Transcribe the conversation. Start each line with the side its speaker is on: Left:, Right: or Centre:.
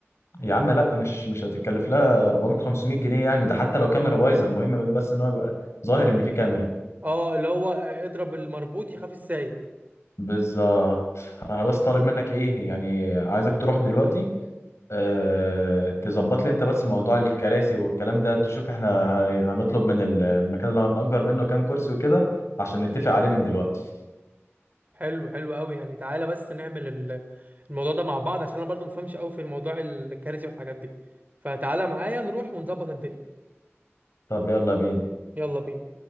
Left: يا عم لا مش مش هتتكلف لها 400 500 جنيه يعني ده حتى لو كاميرا بايظه المهم بس ان هو يبقى ظاهر ان في كاميرا
Right: اه اللي هو آه، اضرب المربوط يخاف السايق
Left: بالظبط انا بس طالب منك ايه يعني عايزك تروح دلوقتي أه... تظبط لي انت بس موضوع الكراسي والكلام ده تشوف احنا هي- هنطلب من ال- المكان اللي هنأجر منه كام كرسي وكده عشان نتفق عليه من دلوقتي
Right: حلو حلو قوي يعني تعالى بس نعمل ال- الموضوع ده مع بعض عشان انا برضو مفهمش قوي في الموضوع الكارثي والحاجات دي فتعالى معايا نروح ونظبط الدنيا
Left: طب يلا بينا
Right: يلا بينا